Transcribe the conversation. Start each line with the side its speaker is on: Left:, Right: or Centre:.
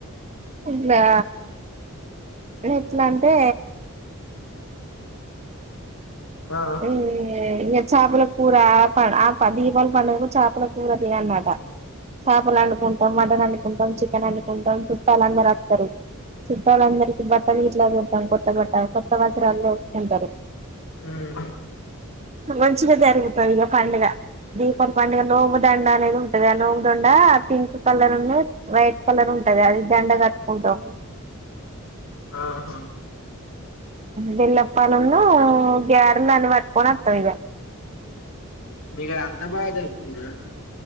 Right: ఇగా ఎట్లంటే
Left: ఆ
Right: ఏ ఎ ఇంగ చాపల కూర ఆ ప ఆ ప దీపాలి పండగకు చాపల కూర తినాల్నట చాపలు వండుకుంటాం మటన్ వండుకుంటాం చికెన్ వండుకుంటాం చుట్టాలందరు వత్తరు చుట్టాలందరికి బట్టలు గిట్ల పెట్టాం కొత్త బట్టలు కొత్త వస్త్రాలు తొడుకుంటరు
Left: మ్
Right: మంచిగ జరుగుతది ఇగ పండుగ దీపాలి పండుగ నోము దండ అనేది ఉంటది ఆ నోము దండ పింక్ కలర్ అన్ను వైట్ కలర్ ఉంటది అది దండ కట్టుకుంటం
Left: ఆహ
Right: బెల్లప్పాలన్నూ గ్యారలు అన్ని పట్టుకొని వత్తం ఇగ
Left: మీ కాడ అంత బాగా జరుపుకుంటరా